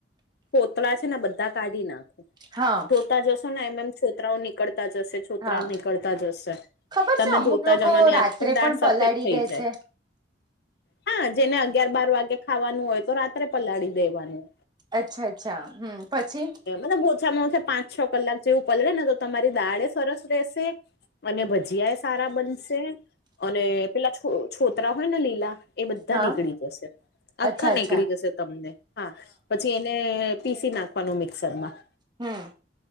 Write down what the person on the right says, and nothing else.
હા
હા
ખબર
છે અમુક
લોકો
રાત્રે
પણ
પલાળી
દે
છે
અચ્છા અચ્છા હમ્મ પછી
હા
અચ્છા અચ્છા
હમ્મ